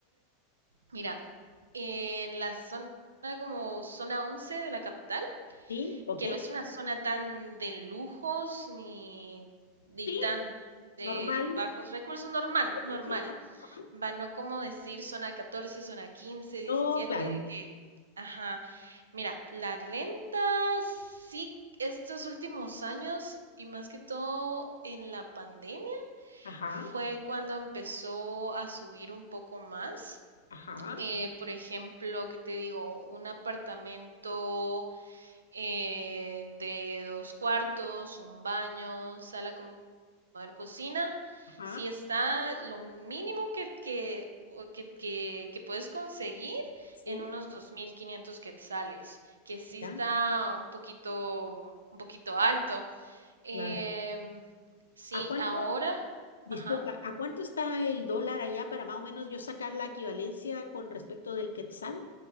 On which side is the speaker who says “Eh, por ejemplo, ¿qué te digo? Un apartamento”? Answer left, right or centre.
Right